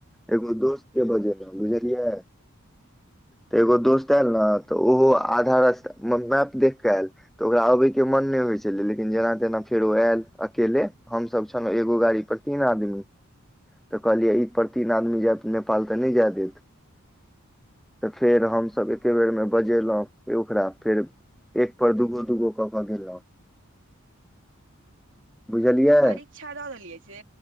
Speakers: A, in the centre; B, on the right (about 60°).
A: एगो दोस्त केँ बजेलहुॅं बुझलियै तऽ एगो दोस्त आयल नऽ तऽ ओहो आधा रस्ता म - मैप देख कऽ आयल तऽ ओकरा आबैय केँ मन नय होइ छलै लेकिन जेना तेना फेरो आयल अकेेले हमसब छलहुँ एगो गाड़ी पर तीन आदमी तऽ कहलियै ई पर तीन आदमी जैब नेपाल तऽ नय जाय देत तऽ फेर हमसभ एके बेरमे बजेलहुँ ए ओकरा फेर एक पर दूगो दूगो कऽ कऽ गेलहुँ बुझलियै
B: परीक्षा दऽ देलियै से